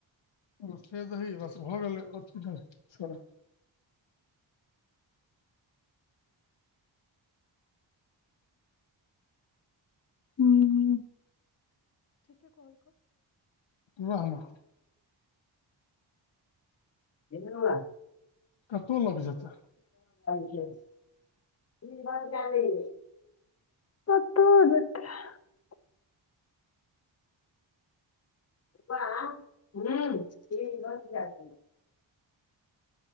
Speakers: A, on the left; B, on the left.
A: ओ से दही बस भऽ गेलै छोड़
B: हू
A: वाह वाह
B: एवा
A: कतहु लग जेतै
B: लो घ ट कत जेतय वाहे फिज बन के दहीन